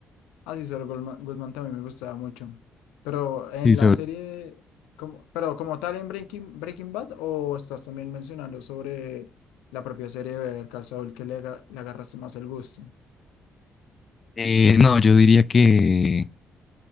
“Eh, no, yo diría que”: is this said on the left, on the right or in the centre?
Left